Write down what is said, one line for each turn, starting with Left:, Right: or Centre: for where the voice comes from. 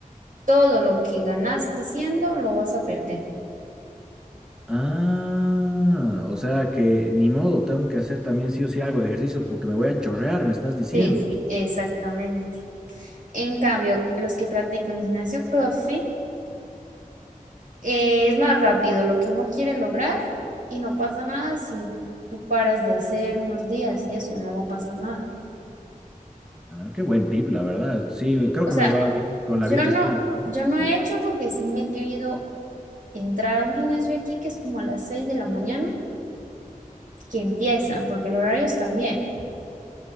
Right: todo lo que ganaste siendo lo vas a perder.
Centre: Ah, o sea que ni modo, tengo que hacer también sí o sí algo de ejercicio porque me voy a chorrear, me estás diciendo.
Right: Sí, sí, exactamente. En cambio, los que practican gimnasio CrossFit, eh, es más rápido lo que uno quiere lograr y no pasa nada si tú paras de hacer unos días y eso, no va a pasar nada.
Centre: Ah, qué buen tip, la verdad. Sí, creo
Right: O
Centre: que
Right: sea,
Centre: me va bien con
Right: yo
Centre: la vía que
Right: no,
Centre: estoy llevando.
Right: yo no
Centre: Sí.
Right: he hecho porque sí me he querido entrar a un gimnasio aquí que es como a las 6 de la mañana que empiezan, porque el horario está bien.